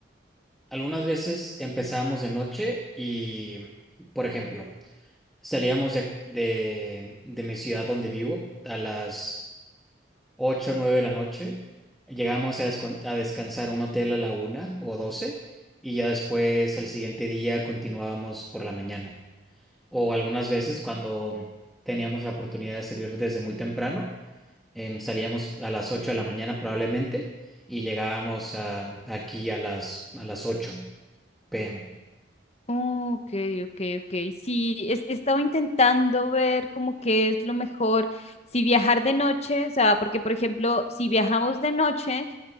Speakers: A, in the centre; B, on the left.
A: algunas veces empezábamos de noche y, por ejemplo, salíamos de, de, de mi ciudad donde vivo a las 8 o 9 de la noche. Llegamos a, descon- a descansar a un hotel a la una o 12 y ya después el siguiente día continuábamos por la mañana. O algunas veces cuando teníamos la oportunidad de salir desde muy temprano, em, salíamos a las 8 de la mañana probablemente y llegábamos a- aquí a las, a las ocho p m
B: Ok, ok, ok. Sí, es- estaba intentando ver como qué es lo mejor, si viajar de noche, o sea, porque por ejemplo, si viajamos de noche,